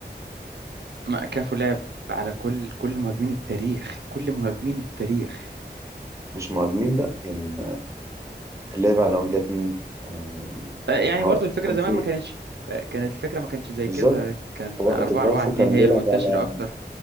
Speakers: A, on the right; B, on the right.
A: ما كافو لعب على كل كل مهاجمين التاريخ كل مهاجمين التاريخ
B: مش مهاجمين بقى يعني ليه بقى لو جت مين آه،
A: آه، يعني
B: هو
A: برضو الفكرة
B: كان
A: زمان
B: في
A: ما كانتش آه، كانت الفكرة ما كانتش زي
B: بالظبط
A: كده كان
B: في وقت
A: 4
B: كافو
A: 4 2
B: كان
A: هي
B: بيلعب
A: المنتشرة
B: على
A: أكتر